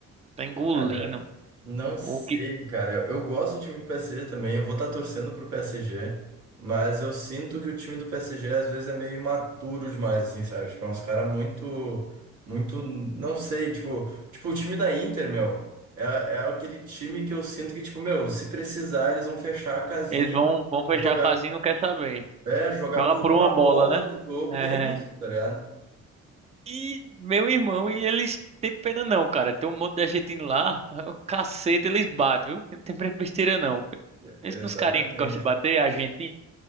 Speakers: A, on the right (about 20°); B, on the right (about 80°).
A: tá engolindo.
B: Cara, não sei,
A: O que
B: cara. Eu, eu gosto do time do PSG também. Eu vou estar torcendo pro PSG, mas eu sinto que o time do PSG às vezes é meio imaturo demais, assim, sabe? Tipo, é uns caras muito, muito, não sei, tipo, tipo, o time da Inter, meu, é, é aquele time que eu sinto que, tipo, meu, se precisar, eles vão fechar a casinha,
A: eles vão, vão fechar
B: jogar,
A: a casinha, e não quer saber.
B: é, jogar
A: Joga
B: por
A: por
B: uma
A: uma
B: bola
A: bola, né?
B: no jogo,
A: É.
B: e é isso, tá ligado?
A: E meu irmão, e eles têm pena não, cara. Tem um monte de argentino lá. O cacete, eles batem, viu? Não tem besteira não.
B: É,
A: Pensa
B: Exatamente.
A: nos carinha que gosta de bater, argentino.